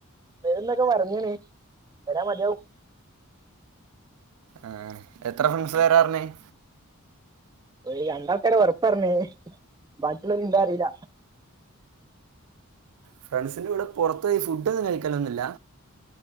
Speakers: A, on the right; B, on the right.
A: വേരന്തൊക്കെ പറഞ്ഞണേ? <unintelligible> <unintelligible>
B: ആ എത്ര ഫ്രണ്ട്സ് വേരാന്ന് പറഞു
A: ഒരു രണ്ടാൾക്കാരഉറപ്പ പറഞ്ഞേ. ബാക്കിയുള്ള എന്താ അറിയില്ല.
B: ഫ്രണ്ട്സിന്റെ കൂടെ പുറത്ത്പോയി ഫുഡ് ഒന്നും കഴിക്കലൊന്നുംമില്ല.